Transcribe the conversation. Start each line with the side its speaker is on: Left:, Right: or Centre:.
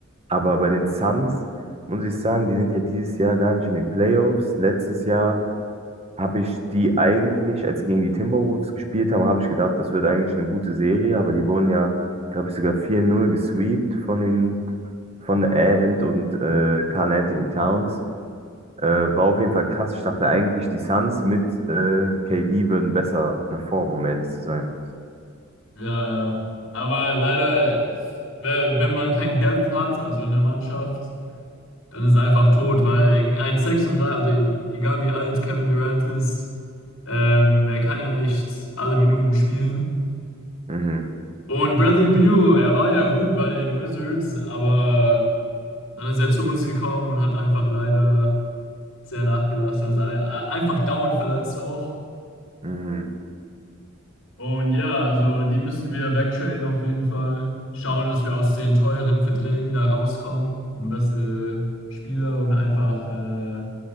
Right: aber bei den Suns muss ich sagen, die sind ja dieses Jahr gar nicht in den Playoffs. Letztes Jahr. Habe ich die eigentlich, als sie gegen die Timberwolves gespielt haben, habe ich gedacht, das wird eigentlich eine gute Serie, aber die wurden ja, glaube ich, sogar vier null gesweept von den von Ant und äh, Karl Anthony Towns. Äh, war auf jeden Fall krass. Ich dachte eigentlich, die Suns mit äh, KD würden besser performen, um ehrlich zu sein.
Left: ja, ja. Aber leider, we- wenn man kein Depth hat, also in der Mannschaft, dann ist es einfach tot, weil ein 36, oder e- egal wie alt Kevin Durant ist, ähm, er kann ja nicht alle Minuten spielen.
Right: Mhm,
Left: Und Bradley Beal, er war ja gut bei den Wizards, aber dann ist er zu uns gekommen und hat einfach leider. sehr nachgelassen und ist ein- einfach dauernd verletzt auch.
Right: mhm,
Left: Und ja, also die müssen wir wegtraden auf jeden Fall. Schauen, dass wir aus den teuren Verträgen da rauskommen, um bessere Spieler und einfach äh,